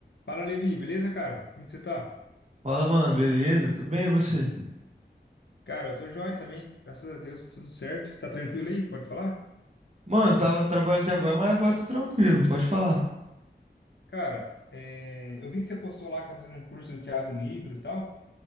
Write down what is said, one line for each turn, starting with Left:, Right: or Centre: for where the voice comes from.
Left: Fala, Levi, beleza, cara? Como que você tá?
Right: Fala, mano, beleza? Eu Tô bem, e você?
Left: Cara, eu tô joia também, graças a Deus, tudo certo. Tá tranquilo aí? Pode falar?
Right: Mano, tava trabalhando até agora, mas agora tô tranquilo, pode falar.
Left: Cara, é, eu vi que você postou lá que tá fazendo um curso do Thiago Nigro e tal,